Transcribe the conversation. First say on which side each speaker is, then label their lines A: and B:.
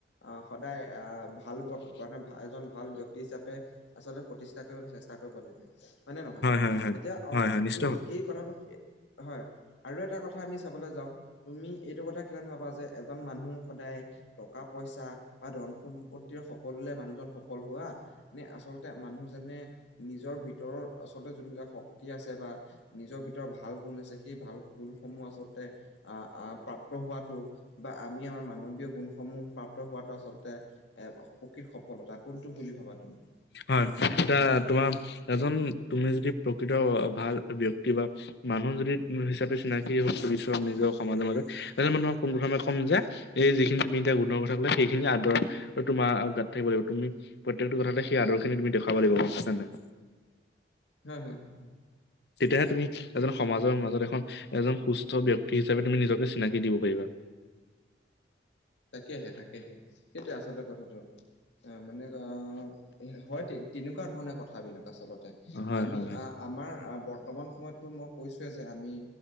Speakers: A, on the left; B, on the left.
A: আ সদায় আ ভাল পদ মানে, এজন ভাল ব্যক্তি হিচাপে আচলতে প্ৰতিষ্ঠা কৰিবলৈ চেষ্টা কৰিব লাগে। হয় নে নহয়?
B: হয়, হয়।
A: এতিয়া অঁ
B: হয়, হয় নিশ্চিত
A: তুমি এই কথাটো কি হয়। আৰু এটা কথা আমি চাবলে যাওঁ, তুমি এইটো কথা কিমান ভাবা যে এজন মানুহ সদায় টকা-পইচা বা ধন-সম্পত্তিৰ সফল হ'লে মানুহজন সফল হোৱা। নে আচলতে মানুহজনে, নিজৰ ভিতৰৰ আচলতে যোনবিলাক শক্তি আছে, বা নিজৰ ভিতৰত ভাল গুণ আছে, সেই ভাল গুণসমূহ আচলতে। আ' আ' প্ৰাপ্ত হোৱাটো বা আমি আমাৰ মানৱীয় গুণসমূহ প্ৰাপ্ত হোৱাটো আচলতে। এ প্ৰকৃত সফলতা কোনটো বুলি ভাবা তুমি?
B: হয়, এতিয়া তোমাৰ এজন তুমি যদি প্ৰকৃত ভাল ব্যক্তি, বা মানুহ যদি হিচাপে চিনাকি হব বিচাৰা, নিজৰ সমাজৰ মাজত, এজন মানুহক পুন প্ৰথমে ক'ম যে এই যিখিনি তুমি এতিয়া গুণৰ কথা ক'লে, সেইখিনি আদৰ তোমাৰ গাত থাকিব লাগিব, তুমি প্ৰত্যেকটো কথাতে সেই আদৰখিনি তুমি দেখাব লাগিব, গ'ম পাইছান নাই?
A: হয়, হয়, হয়, হয়।
B: তেতিয়াহে তুমি এজন সমাজৰ মাজত, এখন এজন সুস্থ ব্যক্তি হিচাপে তুমি নিজকে চিনাকি দিব পাৰিবা।
A: তাকেহে, তাকেহে, সেইটোৱেই আচলতে কথাটো। মানে অ', হয় তেনেকুৱা ধৰণে কথাবিলাক আচলতে।
B: হয়
A: আমি
B: হয় হয়
A: আ আমাৰ বৰ্তমান সময়তটো মই কৈছোৱে যে, আমি